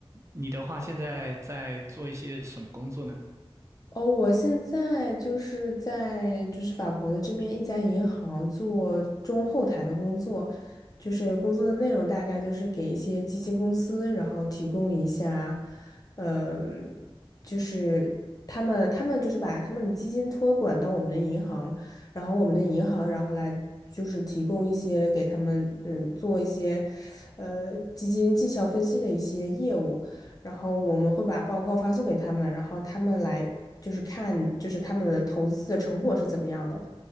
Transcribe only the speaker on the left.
哦，我现在就是在就是法国的这边一家银行做中后台的工作，就是工作的内容大概就是给一些基金公司，然后提供一下，嗯，就是他们他们就是把他们的基金托管到我们的银行，然后我们的银行然后来就是提供一些给他们嗯做一些，呃基金绩效分析的一些业务。然后我们会把报告发送给他们，然后他们来就是看就是他们的投资的成果是怎么样的，